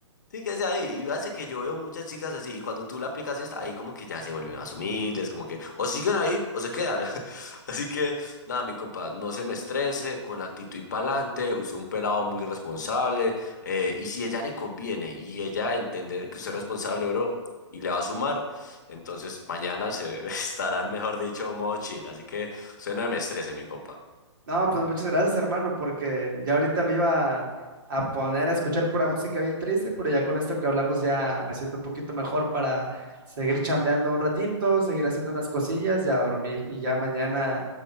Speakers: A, on the left; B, on the right.
A: sí, quédese ahí. Y hace que yo veo muchas chicas así y cuando tú le aplicas esta, ahí como que ya se vuelven más humildes, como que o siguen ahí o se quedan. <laughs> Así que, nada, mi compa, no se me estrese, con actitud y pa'lante, usted es un pelado muy responsable. Eh, y si ella le conviene y ella entender que usted es responsable, bro, y le va a sumar, entonces mañana se <laughs> estarán, mejor dicho, modo chill. Así que usted no me estrese, mi compa.
B: No, pues muchas gracias, hermano, porque ya ahorita me iba a, poner a escuchar pura música bien triste, pero ya con esto que hablamos ya me siento un poquito mejor para seguir chambeando un ratito, seguir haciendo unas cosillas y a dormir. Y ya mañana,